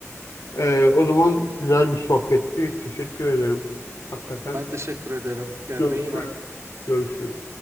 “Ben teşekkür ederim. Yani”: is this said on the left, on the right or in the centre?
Right